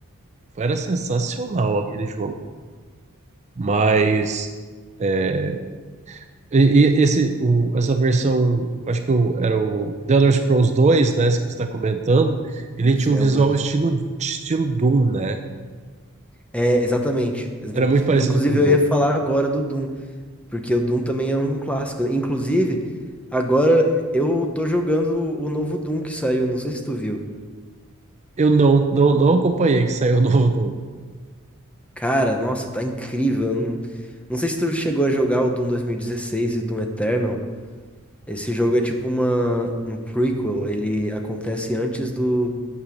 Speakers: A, on the right; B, in the centre.
A: Era sensacional aquele jogo. Mas. é, e, e esse, o- essa versão, acho que o- era o The Elder Scrolls dois né, esse que você está comentando, ele
B: Isso,
A: tinha um
B: é
A: visual
B: o dois
A: estilo, estilo Doom, né?
B: É, exatamente, exatamente.
A: Era muito parecido
B: Inclusive,
A: com o
B: eu
A: Doom.
B: ia falar agora do Doom. Porque o Doom também é um clássico. né? Inclusive, agora eu tô jogando o o novo Doom que saiu, não sei se tu viu.
A: Eu não, não, não acompanhei que saiu o <laughs> novo Doom.
B: Cara, nossa, tá incrível. eu Não, não sei se tu chegou a jogar o Doom dois mil e dezesseis e o Doom Eternal. Esse jogo é tipo uma, um prequel, ele acontece antes do,